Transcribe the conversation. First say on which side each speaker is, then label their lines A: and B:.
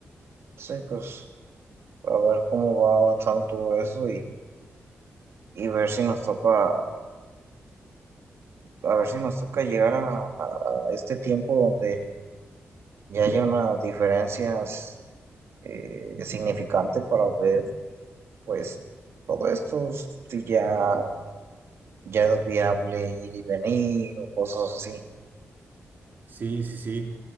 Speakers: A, on the right; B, on the right.
A: Sí, pues. a ver cómo va avanzando todo eso y, y ver si nos toca, a ver si nos toca llegar a, a este tiempo donde ya haya una diferencia eh, significante para ver, pues, todo esto, si ya, ya es viable ir y venir o cosas así.
B: Sí, sí, sí.